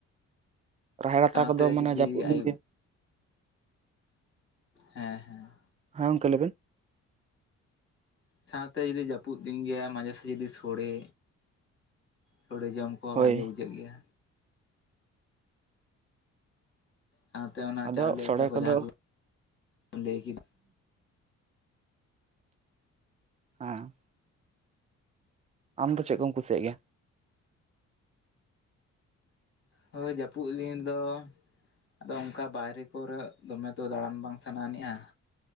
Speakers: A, on the right; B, on the left.
A: ᱨᱟᱦᱮᱲ
B: ᱥᱟᱶᱛᱮ
A: ᱟᱛᱟ ᱠᱚᱫᱚ
B: ᱡᱩᱫᱤ
A: ᱢᱟᱱᱮ ᱡᱟᱹᱯᱩᱫ
B: ᱟᱹᱭᱩᱵ
A: ᱫᱤᱱ ᱜᱮ
B: ᱦᱮᱸ ᱦᱮᱸ᱾
A: ᱦᱮᱸ ᱜᱚᱝᱠᱮ, ᱞᱟᱹᱭᱵᱤᱱ᱾
B: ᱥᱟᱶᱛᱮ ᱡᱩᱫᱤ ᱡᱟᱹᱯᱩᱫ ᱫᱤᱱ ᱜᱮᱜᱟ ᱢᱟᱡᱮ ᱛᱮ ᱡᱩᱫᱤ ᱥᱚᱲᱮ, ᱥᱚᱲᱮ ᱡᱚᱢ᱾ ᱠᱚ
A: ᱦᱳᱭ
B: ᱵᱷᱟᱜᱮ ᱵᱩᱡᱷᱟᱹᱜ ᱜᱮᱭᱟ᱾ ᱥᱟᱶᱛᱮ ᱚᱱᱟ
A: ᱟᱫᱚ
B: ᱪᱟᱣᱞᱮ
A: ᱥᱚᱲᱮ
B: ᱟᱛᱟ ᱠᱚ
A: ᱠᱚᱫᱚ
B: ᱡᱟᱦᱟᱸ ᱠᱚ <inaudible> ᱞᱟᱹᱭ ᱠᱮᱫ <inaudible> ᱟ᱾
A: <inaudible> ᱦᱟᱸ ᱾ ᱟᱢ ᱫᱚ ᱪᱮᱫ ᱠᱚᱢ ᱠᱩᱥᱤᱭᱟᱜ ᱜᱮᱭᱟ?
B: ᱦᱳᱭ ᱡᱟᱹᱯᱩᱫ ᱫᱤᱱ ᱫᱚ᱾ ᱟᱫᱚ ᱚᱱᱠᱟ ᱵᱟᱭᱨᱮ ᱠᱚᱨᱮ ᱫᱚᱢᱮ ᱛᱚ ᱫᱟᱬᱟᱱ ᱵᱟᱝ ᱥᱟᱱᱟᱱᱤᱼᱟ᱾